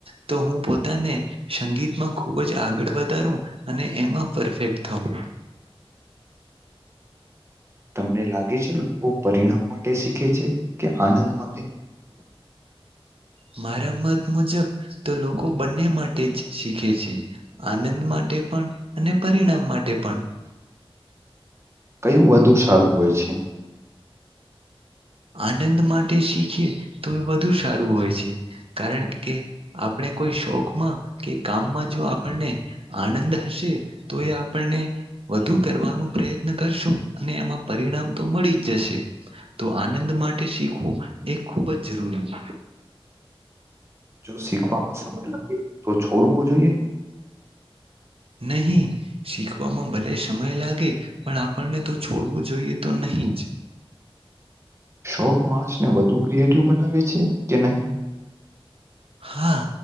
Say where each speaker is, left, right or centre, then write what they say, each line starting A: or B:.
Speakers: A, on the right (about 70°); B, on the right (about 25°).
A: તો હું પોતાને સંગીતમાં ખુબ જ આગળ વધારું અને એમાં પરફેક્ટ થાઉં.
B: તમને લાગે છે વો પરિણામ માટે શીખે છે કે આનંદ માટે?
A: હ મારા મત મુજબ તો લોકો બંને માટે જ શીખે છે આનંદ માટે પણ અને પરિણામ માટે પણ
B: કયું વધુ સારું હોય છે?
A: આનંદ માટે શીખે તો એ વધુ સારું હોય છે કારણ કે આપળે કોઈ શોખમાં કે કામમાં જો આપણને આનંદ હશે તો એ આપણને વધુ કરવાનું પ્રયત્ન કરશું અને એમાં પરિણામ તો મળી જ જશે તો આનંદ માટે શીખવું એ ખૂબ જ જરૂરી છે.
B: જો શીખવામાં
A: છે
B: સમય લાગે તો છોડવું જોઈએ?
A: નહી શીખવામાં ભલે સમય લાગે પણ આપણને તો છોડવું જોઈએ તો નહીં જ.
B: શોખ માણસને વધુ ક્રિએટિવ બનાવે છે કે નહીં?
A: હા